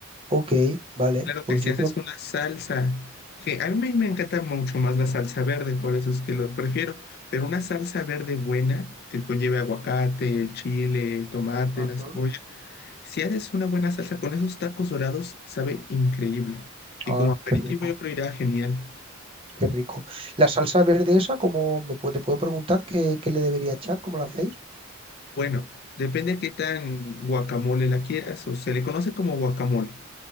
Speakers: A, on the right; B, on the left.
A: Ok, vale,
B: Claro que
A: pues
B: si
A: yo
B: haces
A: creo que...
B: una salsa, que a mí me encanta mucho más la salsa verde, por eso es que lo prefiero, pero una salsa verde buena que conlleve aguacate, el chile, el tomate,
A: Ujú.
B: la cebolla Si haces una buena salsa con esos tacos dorados, sabe increíble. Y
A: Ah,
B: como aperitivo
A: qué rico,
B: yo creo irá genial.
A: qué rico. La salsa verde esa, ¿cómo me puedo, te puedo preguntar qué, qué le debería echar? ¿Cómo la hacéis?
B: Bueno, depende qué tan guacamole la quieras, o se le conoce como guacamole,